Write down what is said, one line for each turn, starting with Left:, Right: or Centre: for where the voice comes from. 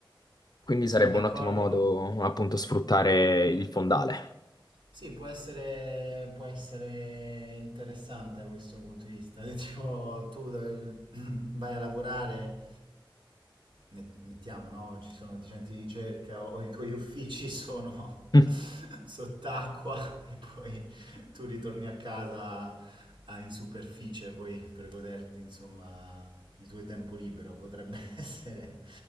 Left: quindi
Right: Sono
Left: sarebbe
Right: d'accordo.
Left: un ottimo modo appunto sfruttare il fondale.
Right: Sì, può essere, può essere interessante da questo punto di vista. <laughs> Tipo, tu dove- <clears throat> vai a lavorare, met- mettiamo, no? Ci sono dei centri di ricerca o i tuoi uffici sono
Left: <laughs>
Right: <laughs> sott'acqua e poi tu ritorni a casa ah, in superficie poi per goderti, insomma, il tuo tempo libero. Potrebbe <laughs> essere